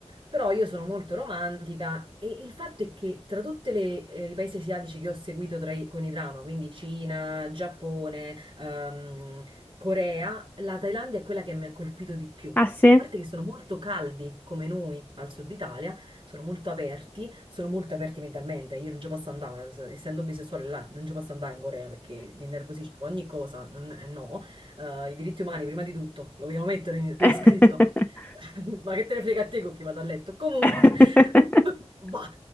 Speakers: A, on the right; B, on the left.
A: Però io sono molto romantica e il fatto è che tra tutti i paesi asiatici che ho seguito tra i- con i drama, quindi Cina, Giappone, ehm, Corea, la Thailandia è quella che mi ha colpito di più.
B: Ah sì?
A: A parte che sono molto caldi come noi al sud Italia, sono molto aperti, sono molto aperti mentalmente. Io non ci posso andare, s- essendo bisessuale là, non ci posso andare in Corea perché mi innervosisco ogni cosa, non- eh, no. Eh, i diritti umani prima di tutto, lo vogliamo mettere in- per
B: <laughs>
A: iscritto. <laughs> Ma che te ne frega a te con chi vado a letto? Comunque,
B: <laughs>
A: <laughs> bah.